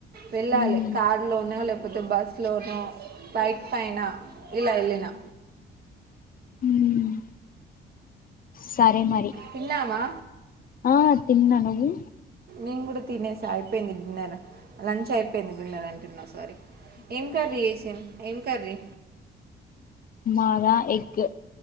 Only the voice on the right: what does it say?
వెళ్ళాలి
కారులోనో లేకపోతే బస్లోనో బైక్ పైన ఇలా ఎల్లినా
తిన్నామా
నేన్ గుడా తినేసా అయిపోయింది డిన్నర్ లంచ్ అయిపోయింది డిన్నర్ అంటున్నా సారీ ఏం కర్రీ చేసిన్ ఏం కర్రీ